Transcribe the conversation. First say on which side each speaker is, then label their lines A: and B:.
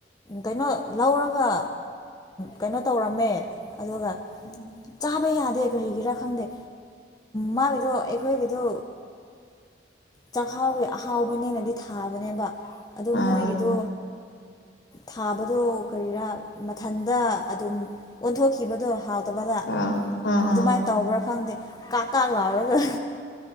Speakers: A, on the left; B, on the left.
A: ꯀꯩꯅꯣ ꯂꯧꯔꯒ ꯀꯩꯅꯣ ꯇꯧꯔꯝꯃꯦ ꯑꯗꯨꯒ
B: ꯎꯝ
A: ꯊꯥꯕ ꯌꯥꯗꯦ ꯀꯔꯤꯒꯤꯔꯥ ꯈꯪꯗꯦ ꯃꯥꯒꯤꯗꯣ ꯑꯩꯈꯣꯏꯒꯤꯗꯣ ꯆꯥꯛꯈꯥꯎꯒꯤ ꯑꯍꯥꯎꯕꯅꯦꯅꯗꯤ ꯊꯥꯕꯅꯦꯕ ꯑꯗꯣ
B: ꯑꯥ
A: ꯃꯣꯏꯒꯤꯗꯣ ꯊꯥꯕꯗꯣ ꯀꯔꯤꯔꯥ ꯃꯊꯟꯗ ꯑꯗꯨꯝ ꯑꯣꯟꯊꯣꯛꯈꯤꯕꯗꯣꯥꯎ ꯑꯠꯇꯕꯗ
B: ꯑꯥ ꯑꯥ
A: ꯑꯗꯨꯃꯥꯏꯅ
B: ꯑꯥ
A: ꯇꯧꯕ꯭ꯔꯥ ꯈꯪꯗꯦ ꯀꯥꯛ ꯀꯥꯛ ꯂꯥꯎꯔꯒ